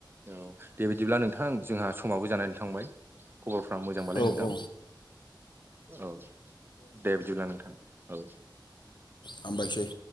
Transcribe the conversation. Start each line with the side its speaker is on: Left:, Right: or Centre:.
Right: औ दे बिदिब्ला नोंथां जोंहा समाबो जानानै थांबाय खबरफ्रा मोजांबालाय
Left: औ
Right: नोंथां
Left: औ
Right: औ दे बिदिब्ला नोंथां औ
Left: हामबायसै